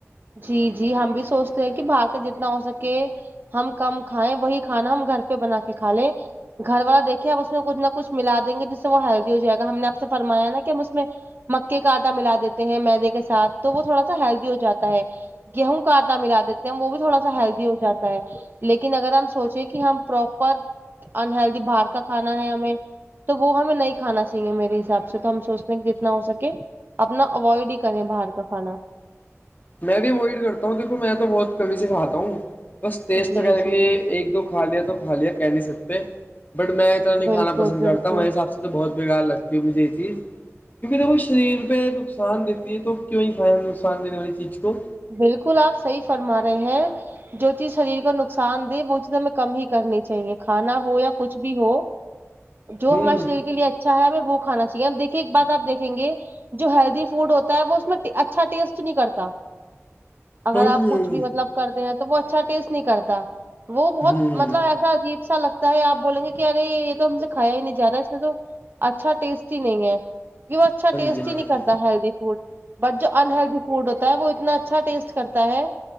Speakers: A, on the right (about 45°); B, on the left (about 35°).
A: جی جی ہم بھی سوچتے ہیں کہ باہر کا جتنا ہو سکے ہم کم کھائیں وہی کھانا ہم گھر پہ بنا کے کھا لیں گھر والا دیکے آپ میں کچھ نہ کچھ ملا دیں گے جس سے وہ ہیلدی ہو جائے گا ہم نے آپ سے فرمیا نا کہ ہم اس میں مکے کا آٹا ملا دیتے ہیں میدے کے ساتھ تو وہ تھوڑا سا ہیلدی ہو جاتا ہے گیہوں کا آٹا ملا دیتے ہیں وہ بھی تھوڑا سا ہیلدی ہو جاتا ہے لیکن اگر ہم سوچیں کہ ہم پراپر انہلدی باہر کا کھانا ہے ہمیں تو وہ ہمیں نہیں کھانا چاہیے میرے حساب سے تو ہم سوچتے ہیں کہ جتنا ہو سکے اپنا اوائڈ ہی کریں باہر کا کھانا
B: میں بھی اوائڈ کرتا ہوں دیکھو میں تو بہت کمی سے کھا ہوں بس ٹیسٹ
A: جی
B: لنے کے
A: جی
B: لیے ایک دو کھا لیا تو کا لیا کہہ نہیں سکتے بٹ میں اتنا نہیں
A: بالکل
B: کھانا پسند
A: بالکل
B: کرتاوں میرے حساب سے تو بہت بےگار لگتی ہو مجھے یہ چیز کیونکہیرے وہ شریر پہ نقصان دیتی یہ تو کیوں نہیں کھیا نقصان دینے والی چیز کو
A: بالکل آپ صحیح فرما رہے ہیں جو چیز شریر کو نقصان دے وہ چیز ہمیں کم ہی کرنی چاہیے کھانا ہو یا کچھ بھی ہو جو
B: ہوں
A: ہمارے شریر کے لیے اچھا ہے ہمیں وہ کھانا چاہیے ہم دیکھیے ایک بات آپ دیکھیں گے جو ہیلدی فوڈ ہوتا ہے وہ اس میں اچھا ٹیسٹ نہیں کرتا اگر
B: ہ
A: آپ کچھ بھی مطلب کرتے ہیں تو وہ اچھا ٹیسٹ نہیں کرتا وہ بہت
B: ہ ہاں
A: مطلب اھا عجیب سا لگتا ہے آپ بول گے کہ یرے یہ تو ہم سے کھیا ہی نہیں جا رہا اس میں تو اچھا ٹیسٹ ہی نہیں ہے کہ وہ اچھا ٹیسٹ
B: جی ہاں
A: ہی نہیں
B: جی
A: کرتا ہیلدی فوڈ بٹ جو انہلدی فوڈ ہوتا ہے وہ اتنا اچھا ٹیسٹ کرتا ہے